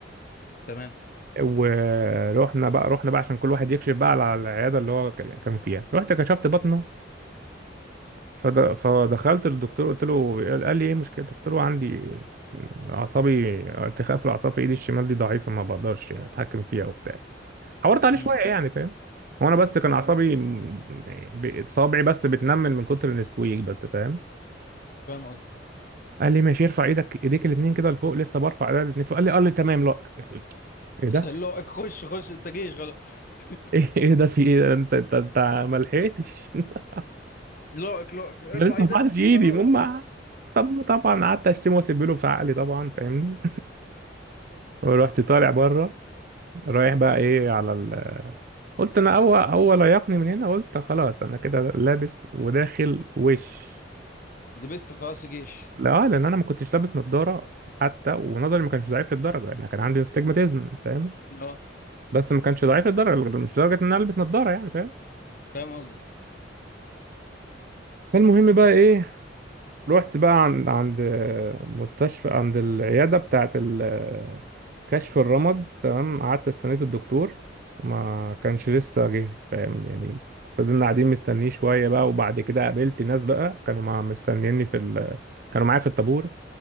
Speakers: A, on the left; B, on the right.
A: تمام
B: ورحنا بقى رحنا بقى عشان كل واحد يكشف بقى على العياده اللي هو ك- كان فيها رحت كشفت بطنه فد... فدخلت للدكتور قلت له قال قال لي ايه مشكلتك قلت له عندي اعصابي ارتخاء في الاعصاب في ايدي الشمال دي ضعيفه ما بقدرش اتحكم فيها وبتاع حورت عليه
A: امم
B: شويه يعني فاهم هو انا بس كان
A: فا-
B: اعصابي م- ب- صابعي بس بتنمل من كتر النسكويك بس فاهم
A: فاهم قصدي
B: قال لي ماشي ارفع ايدك ايديك الاثنين كده لفوق لسه برفع ايدي الاثنين فوق قال لي قال لي تمام لا ايه
A: <laughs>
B: ده
A: لائق خش خش انت جيش غلط <laughs>
B: <laughs> ايه إيه ده في ايه ده؟ انت انت انت ما لحقتش <laughs>
A: لائق لائق ارفع
B: انا لسه
A: ايدك
B: ما رفعتش ايدي
A: انت لائق
B: ماما
A: خش
B: طب طبعا قعدت اشتمه واسيب له في عقلي طبعا فاهمني ورحت طالع بره رايح بقى ايه على ال... قلت انا اول اول يقني من هنا قلت خلاص انا كده لابس وداخل وش
A: لبست خلاص في جيش
B: لا لان انا ما كنتش لابس نظاره حتى ونظري ما كانش ضعيف للدرجه انا كان عندي استجماتيزم فاهم
A: اه
B: بس ما كانش ضعيف للدرجه مش لدرجه ان انا البس نظاره يعني فاهم
A: فاهم قصدي
B: فالمهم بقى ايه رحت بقى عند عند مستشفى عند العيادة بتاعة ال- كشف الرمد تمام قعدت استنيت الدكتور ما كانش لسه جه فاهم يعني فضلنا قاعدين مستنيه شوية بقى وبعد كده قابلت ناس بقى كانوا مع مستنيني في ال... كانوا معايا في الطابور